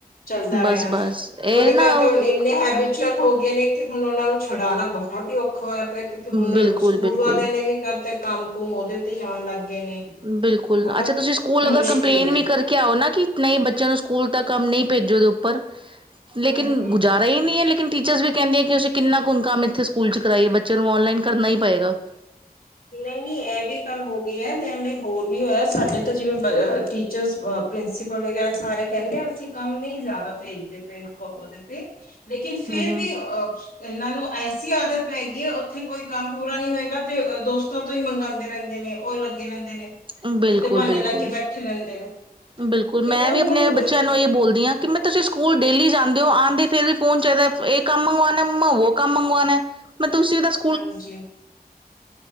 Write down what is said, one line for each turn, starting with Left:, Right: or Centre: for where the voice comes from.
Left: ਚੱਲਦਾ
Right: ਬਸ,
Left: ਰਿਹਾ
Right: ਬਸ ਇਹ
Left: ਤੇ ਉਹਦੇ
Right: ਨਾ
Left: ਕਰਕੇ ਹੁ ਇੰਨੇ ਹੈਬ ਚਲ ਹੋ ਗਏ ਨੇ ਕਿ ਹੁਣ ਉਹਨਾਂ ਨੂੰ ਛਡਉਣਾ ਬਹੁਤ ਹੀ ਔਖਾ ਹੋਇਆ ਪਿਆ ਕਿਉਂਕਿ ਹੁਣ
Right: ਬਿਲਕੁਲ
Left: ਸਕੂਲ
Right: ਬਿਲਕੁਲ
Left: ਵਾਲਿਆਂ ਵੀ ਕਰਦੇ ਕੰਮ ਕੁਮ ਉਹਦੇ ਤੇ ਹੀ ਆਉਣ ਲੱਗ ਗਏ ਨੇ।
Right: ਬਿਲਕੁਲ
Left: ਤੇ ਬਹੁਤ
Right: ਅੱਛਾ ਤੁਸੀਂ ਸਕੂਲ
Left: ਮੁਸ਼ਕਿਲ
Right: ਅਗਰ ਕੰਪਲੇਂਨ
Left: ਹੋ ਰਿਹਾ।
Right: ਵੀ ਕਰ ਕਿਹਾ ਉਹ ਨਾ ਕਿ ਨਹੀਂ ਬੱਚਿਆਂ ਨੂੰ ਸਕੂਲ ਤ ਕੰਮ ਨਹੀਂ ਭੇਜੋ ਉਹਦੇ ਉੱਪਰ ਲੇਕਿਨ
Left: ਹੂੰ-ਹੂੰ, ਹੂੰ।
Right: ਗੁਜਾਰ। ਵਹੀ ਨ ਨਹੀਂ ਹੈ ਲੇਕਨ ਟੀਚਰਸ ਵੀ ਕਹਿੰਦੇ ਕਿ ਅਸੀਂ ਕਿੰਨਾ ਕੁ ਕੰਮ ਇੱਥੇ ਸਕੂਲ ਚ ਕਰਵਾਈਏ ਬੱਚੇ ਨੂੰ ਔਨਲਾਈਨ ਕਰਨਾ ਹੀ ਪਏਗਾ।
Left: ਨਹੀਂ ਨਹੀਂ ਇਹ ਵੀ ਗੱਲ ਹੋ ਗਈ ਹੈ ਲੈਣ ਲਈ ਹੋਰ ਵੀ ਹੋਇਆ ਸਾਡੇ ਤਾਂ ਜਿਵੇਂ ਟੀਚਰਸ ਪ੍ਰਿੰਸੀਪਲ ਵਗੈਰਾ ਸਾਰੇ ਕਹਿੰਦੇ ਆ ਅਸੀਂ ਕੰਮ ਨਹੀਂ ਜ਼ਿਆਦਾ ਭੇਜਦੇ ਪਏ ਉਹਦੇ ਤੇ। ਲੇਕਿਨ ਫੇਰ
Right: ਹਮ
Left: ਵੀ ਅ ਇਹਨਾਂ ਨੂੰ ਐਸੀ ਆਦਤ ਪਏਗੀ ਹੈ ਉੱਥੇ ਕੋਈ ਕੰਮ ਪੂਰਾ ਨਹੀਂ ਹੋਏਗਾ ਤੇ ਦੋਸਤਾਂ ਤੋਂ ਹੀ ਮੰਗਵਾਉਂਦੇ ਰਹਿੰਦੇ ਨੇ ਉਹ ਲੱਗੇ ਰਹਿੰਦੇ ਨੇ
Right: ਹਮ ਬਿਲਕੁਲ
Left: ਉਹਦੇ ਬਹਾਨੇ
Right: ਬਿਲਕੁਲ
Left: ਲੈ ਕੇ ਬੈਠੇ ਰਹਿੰਦੇ ਨੇ।
Right: ਬਿਲਕੁਲ
Left: ਤੇ
Right: ਮੈਂ
Left: ਉਹ
Right: ਵੀ ਆਪਣੇ
Left: ਹੁਣ ਅਹ,
Right: ਬੱਚਿਆਂ ਨੂੰ ਇਹਹੀ ਬੋਲਦੀ ਹਾਂ ਕਿ ਮੈਂ ਤੁਸੀਂ ਸਕੂਲ ਡੇਲੀ ਜਾਂਦੇ ਹੋ ਆਂਦੇ ਫਿਰ ਵੀ ਫੋਨ ਚਾਹੀਦਾ ਇਹ ਕੰਮ ਮੰਗਵਾਉਣਾ ਮਮਾ ਕੰਮ। ਮੰਗਵਾਉਣਾ ਮੈਂ ਤੁਸੀਂ ਦੱਸ
Left: ਹਾਂਜੀ ਹਾਂ।